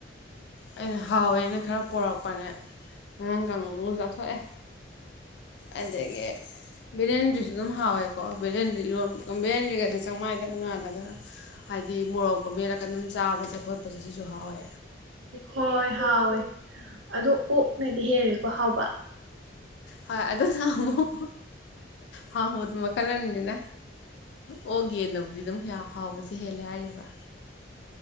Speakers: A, on the left (about 65°); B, on the right (about 85°).
A: ꯑꯩꯅ ꯍꯥꯎꯋꯦꯅ ꯈꯔ ꯄꯣꯔꯛꯄꯅꯦ ꯉꯔꯥꯡ ꯀꯥꯡꯍꯧ ꯉꯧꯔ ꯆꯥꯊꯣꯛꯑꯦ ꯑꯗꯒꯤ ꯕꯦꯂꯦꯟꯗꯔꯤꯗꯨꯁꯨ ꯑꯗꯨꯝ ꯍꯥꯎꯋꯦꯀꯣ ꯕꯦꯂꯦꯟꯗꯔꯤꯗꯨ ꯏꯔꯣꯟ ꯕꯦꯂꯦꯟꯗꯔꯤꯒꯁꯦ ꯆꯪꯃꯥꯏꯗ ꯉꯥꯜꯂꯒ ꯍꯥꯏꯗꯤ ꯃꯣꯔꯣꯛꯀ ꯃꯦꯔꯛꯀ ꯑꯗꯨꯝ ꯆꯥꯕꯁꯦ ꯈꯣꯠꯄꯁꯦ ꯁꯤꯁꯨ ꯍꯥꯎꯋꯦ
B: ꯍꯣꯏ ꯍꯥꯎꯋꯦ ꯑꯣ ꯑꯣꯛꯅꯗꯤ ꯍꯦꯜꯂꯦꯀꯣ ꯍꯥꯎꯕ
A: ꯍꯣꯏ ꯑꯗꯨꯅ ꯑꯃꯨꯛ ꯍꯥꯎꯕꯗꯣ ꯃꯈꯜ ꯑꯃꯅꯤꯗꯅ ꯑꯣꯛ ꯌꯦꯟꯅꯕꯨꯗꯤ ꯑꯗꯨꯝ ꯍꯥꯎꯕꯁꯦ ꯍꯦꯜꯂꯦ ꯍꯥꯏꯔꯤꯕ